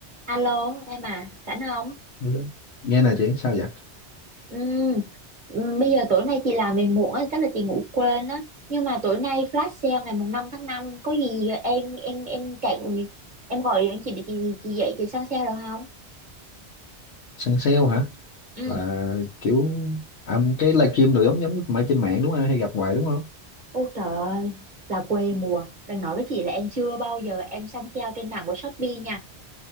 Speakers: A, on the right; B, on the left.
A: Alo em à, rảnh không?
B: Ừ. nghe nè chị sao vậy
A: Ừm, ừm, bây giờ tối nay chị làm về muộn á, chắc là chị ngủ quên á. Nhưng mà tối nay flash sale ngày mùng 5 tháng 5 có gì em em em chạy em gọi điện chị để chị chị dậy chị sang sale được không?
B: săn sale hả
A: Ừ.
B: là kiểu à, cái livestream đồ giống giống mà trên mạng đúng không hay gặp hoài đúng không
A: Ôi trời ơi, là quê mùa. Đừng nói với chị là em chưa bao giờ em săn sale trên mạng của Shopee nha.